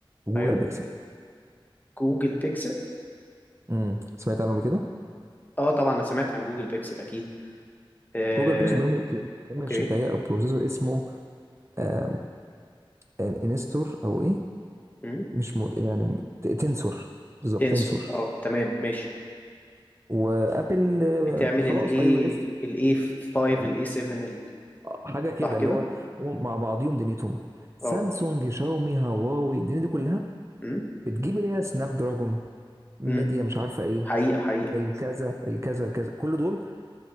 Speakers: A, on the right (about 30°); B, on the left (about 20°).
A: وجوجل
B: ايوه
A: بيكسل
B: جوجل بيكسل
A: امم سمعت عنه قبل كده
B: اه طبعا انا سمعت عن جوجل بيكسل اكيد آه.
A: جوجل بيكسل بيعمل بيعمل
B: اوكي
A: شباية أو بروسيسور اسمه آم، إن- انستور أو إيه
B: امم
A: مش مو يعني ت- تنسور بالظبط
B: تنسور
A: تنسور
B: اه تمام ماشي
A: وأبل آه،
B: بتعمل
A: خلاص
B: الاي
A: أي أو إس
B: الاي 5
A: أو
B: الاي 7 ال-
A: حاجة كده
B: صح كده
A: اللي هو هم مع بعضيهم دنيتهم سامسونج
B: اه
A: شاومي هواوي الدنيا دي كلها
B: امم
A: بتجيب اللي هي سناب دراجون ميديا
B: امم
A: مش عارفة إيه
B: حقيقه حقيقه
A: الكذا الكذا الكذا كل دول